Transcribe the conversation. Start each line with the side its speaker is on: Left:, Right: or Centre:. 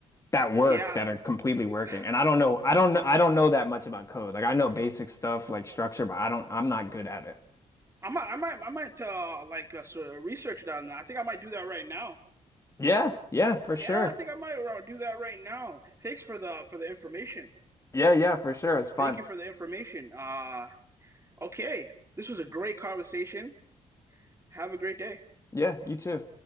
Left: that work
Right: Yeah.
Left: that are completely working.
Right: <laughs>
Left: And I don't know, I don't I don't know that much about code. Like I know basic stuff like structure, but I don't I'm not good at it.
Right: I might I might I might uh like uh, sort of research that I think I might do that right now.
Left: Yeah, yeah, for
Right: Yeah,
Left: sure.
Right: I think I might uh, do that right now. Thanks for the for the information.
Left: Yeah, yeah, for sure. It's fun.
Right: Thank you for the information. Uh okay. This was a great conversation. Have a great day.
Left: Yeah, you too.